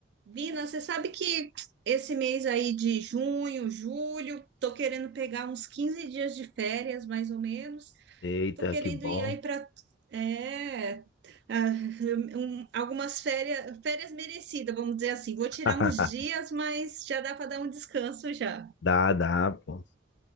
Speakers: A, on the right; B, on the left.
A: Vina, você sabe que esse mês aí de junho, julho, tô querendo pegar uns 15 dias de férias, mais ou menos.
B: Eita,
A: Tô querendo
B: que bom.
A: ir aí para é, ah, um- algumas férias, férias merecidas, vamos dizer assim. Vou tirar
B: <laughs>
A: uns dias, mas já dá para dar um descanso já.
B: Dá, dá, pô.